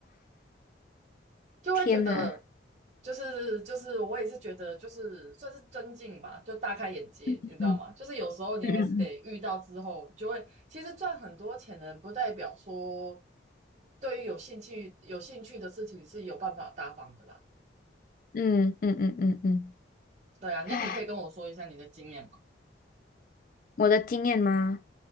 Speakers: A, on the right (about 40°); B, on the left (about 45°).
A: 就会觉得，
B: 天哪！
A: 就是就是我也是觉得，就是算是尊敬吧，就大开眼界，
B: 嗯嗯
A: 你知道吗？就是有时候你还是得遇到之后，
B: 嗯
A: 你就会其实赚很多钱的人，不代表说对于有兴趣有兴趣的事情是有办法大方的啦。
B: 嗯嗯嗯嗯嗯嗯，
A: 对啊，
B: 唉，
A: 那你可以跟我说一下你的经验吗？
B: 我的经验吗？